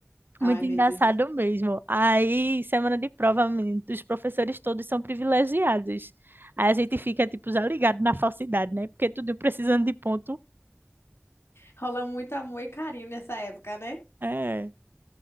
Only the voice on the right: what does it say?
Muito
engraçado
mesmo. Aí, semana de prova, menino, os professores todos são privilegiados. Aí a gente fica, tipo, já ligado na falsidade, né? Porque tudo precisando de ponto.
É,